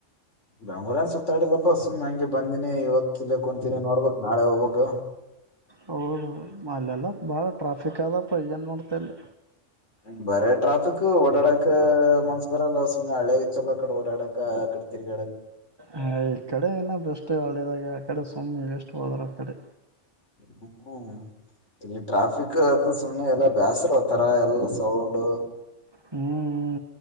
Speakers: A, on the left; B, on the right.
A: ಬೆಂಗ್ಳೂರ್ ಏನ್ ಸುತ್ತಾಡಿಲ್ಲಪ್ಪ ಸುಮ್ ಹಂಗೆ ಬಂದಿನಿ ಇವತ್ತ ಇಲ್ಲೆ ಕುಂತೀನಿ ನೋಡ್ಬಕ್ ನಾಳೆ ಹೋಗ್ಬೇಕ್.
B: ಹೌದು ಅಲ್ಲೆಲ್ಲ ಬಾಳ ಟ್ರಾಫಿಕ್ ಆದಪ್ಪ ಏನ್ ನೋಡ್ತ ಅಲ್ಲಿ.
A: ಹ್ಮ್, ಬರೇ ಟ್ರಾಫಿಕ್ ಓಡಾಡಕ್ ಮನ್ಸ ಬರಲ್ಲ ಸುಮ್ಮ ಹಳೆ ಇಚ್ಚಲ್ಲ ಅಕಡೆ ಓಡಾಡಕ ಅಕಡೆ ತಿರ್ಗಾಡಕ.
B: ಹ ಈಕಡೆ ಏನ ಬೆಸ್ಟ್ ಹಳ್ಳಿದಾಗೆ ಆಕಡೆ ಸುಮ್ಮನೆ ವೆಸ್ಟ್ ಹೋದ್ರ ಆಕಡಿ.
A: ಹ್ಮ್ ಇಲ್ಲಿ ಟ್ರಾಫಿಕ್ ಅದು ಸುಮ್ನೆ ಎಲ್ಲಾ ಬ್ಯಾಸರ್ ಒಂತರ ಎಲ್ಲ ಸೌಂಡೂ.
B: ಹ್ಮ್ ಹ್ಮ್